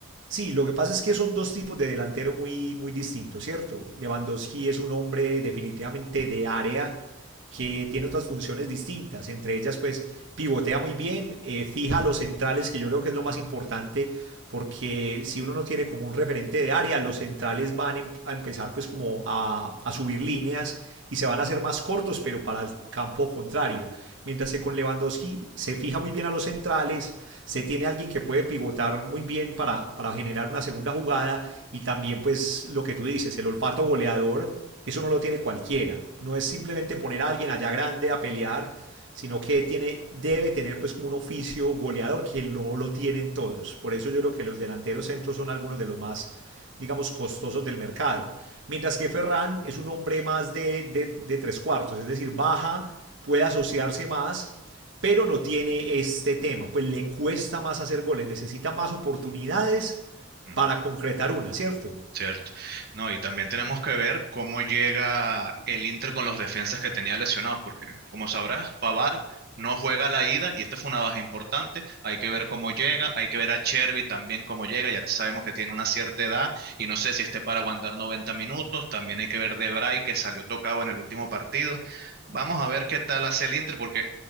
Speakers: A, on the right; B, on the right.
A: Sí, lo que pasa es que son dos tipos de delantero muy, muy distintos, ¿cierto? Lewandowski es un hombre definitivamente de área que tiene otras funciones distintas, entre ellas pues pivotea muy bien, eh, fija los centrales, que yo creo que es lo más importante, porque si uno no tiene como un referente de área, los centrales van em- a empezar pues como a, a subir líneas y se van a hacer más cortos, pero para el campo contrario. Mientras que con Lewandowski se fija muy bien a los centrales, se tiene alguien que puede pivotar muy bien para, para generar una segunda jugada y también pues lo que tú dices, el olfato goleador, eso no lo tiene cualquiera. No es simplemente poner a alguien allá grande a pelear, sino que tiene, debe tener pues como un oficio goleador que no lo tienen todos. Por eso yo creo que los delanteros centros son algunos de los más, digamos, costosos del mercado. Mientras que Ferran es un hombre más de, de, de tres cuartos, es decir, baja, puede asociarse más, pero no tiene este tema, pues le cuesta más hacer goles, necesita más oportunidades
B: Mm.
A: para concretar una, ¿cierto?
B: Cierto. No, y también tenemos que ver cómo llega el Inter con los defensas que tenía lesionados, porque como sabrás, Pavar no juega a la ida y esta fue una baja importante. Hay que ver cómo llega, hay que ver a Chervi también cómo llega. Ya sabemos que tiene una cierta edad y no sé si esté para aguantar 90 minutos. También hay que ver Debray que salió tocado en el último partido. Vamos a ver qué tal hace el Inter, porque